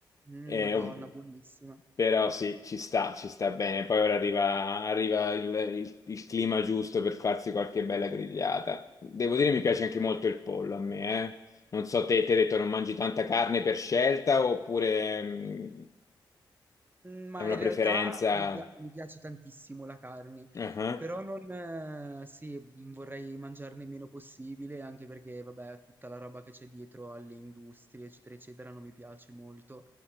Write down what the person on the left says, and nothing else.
Eh,
ov-
però sì, ci sta, ci sta bene. Poi ora arriva, arriva il, il- il clima giusto per farsi qualche bella grigliata. Devo dire, mi piace anche molto il pollo a me, eh. Non so, te, ti hai detto non mangi tanta carne per scelta oppure mm,
è una
preferenza?
Ah, ah,